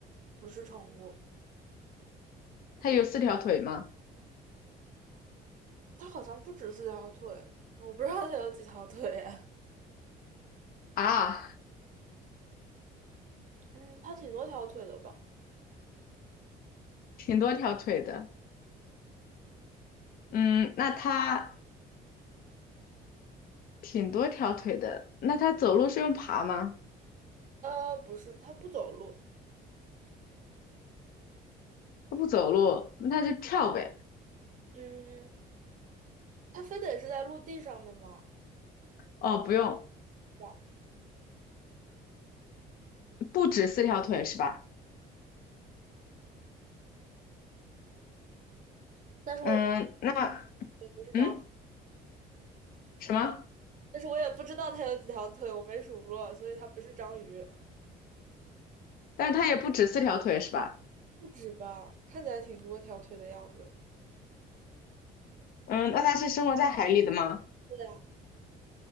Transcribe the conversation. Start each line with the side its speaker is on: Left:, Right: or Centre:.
Right: 不是宠物，
Left: 它有四条腿吗？
Right: 它好像不止四条腿，我不知道它有几条腿哎
Left: 啊，
Right: <laughs> 嗯，它挺多条腿的吧？
Left: 挺多条腿的。嗯，那它挺多条腿的。那它走路是用爬吗？
Right: 呃，不是，它不走路。
Left: 它不走路，那它就跳呗。
Right: 嗯，它非得是在陆地上的吗？
Left: 哦，不用，
Right: 哇
Left: 不止四条腿是吧？
Right: 但是我也
Left: 嗯，那
Right: 不是章，
Left: 嗯什么？
Right: 但是我也不知道它有几条腿，我没数过，所以它不是章鱼，
Left: 但它也不止四条腿是吧？
Right: 不止吧？看起来挺多条腿的样子。
Left: 嗯，那它是生活在海里的吗？
Right: 对呀，